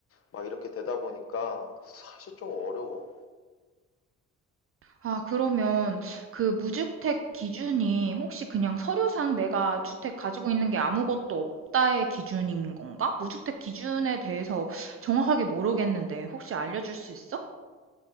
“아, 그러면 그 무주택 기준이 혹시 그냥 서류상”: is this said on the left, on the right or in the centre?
Right